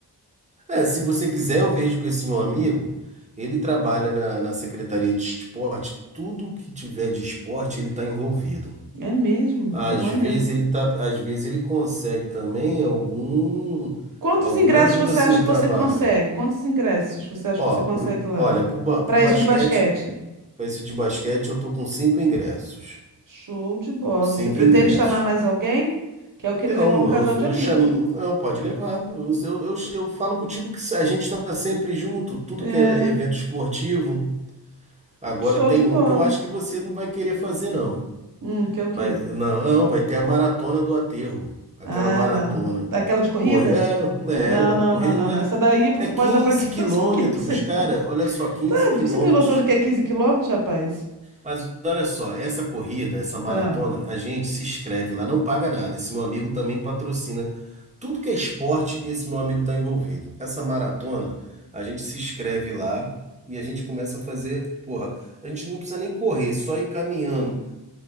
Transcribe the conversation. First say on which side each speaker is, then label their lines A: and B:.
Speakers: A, on the right; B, on the right.
A: É, se você quiser, eu vejo com esse meu amigo. Ele trabalha na, na Secretaria de Esporte. Tudo que tiver de esporte, ele tá envolvido.
B: É mesmo?
A: Às
B: Pô, maneiro.
A: vezes ele tá, às vezes ele consegue também algum,
B: Quantos
A: alguma
B: ingressos
A: ajuda
B: você
A: assim
B: acha
A: em
B: que
A: trabalho.
B: você consegue? Quantos ingressos você acha
A: Ó,
B: que você consegue
A: pro,
B: lá?
A: olha, pro, ba- pro
B: Pra
A: basquete,
B: esse de basquete?
A: pra esse de basquete, eu tô com cinco ingressos.
B: Show de bola.
A: Cinco
B: Você pretende
A: ingressos.
B: chamar mais alguém? Que eu queria
A: Não,
B: levar um casal
A: eu,
B: de amigos.
A: eu chamo. Não, pode levar. Eu, eu, eu, eu falo contigo que a gente tá sempre junto, tudo
B: É,
A: que é evento esportivo. Agora
B: show
A: tem
B: de bola.
A: um que eu acho que você não vai querer fazer, não.
B: Hum, que é o quê?
A: Vai, não, não, vai ter a maratona do aterro. Aquela
B: Ah,
A: maratona.
B: não. Daquela de corrida?
A: Correr, é,
B: Não,
A: é, ué,
B: não,
A: correr
B: não, não, não. Essa daí você
A: é, é 15
B: pode dar pra quem
A: quilômetros,
B: <laughs> você quiser.
A: cara. Olha só, quinze
B: Tá,
A: quilômetros.
B: você tem noção do que é 15 quilômetros, rapaz?
A: Mas olha só, essa corrida, essa maratona,
B: Ah.
A: a gente se inscreve lá, não paga nada. Esse meu amigo também patrocina. Tudo que é esporte, esse meu amigo está envolvido. Essa maratona, a gente se inscreve lá e a gente começa a fazer. Porra, a gente não precisa nem correr, só ir caminhando.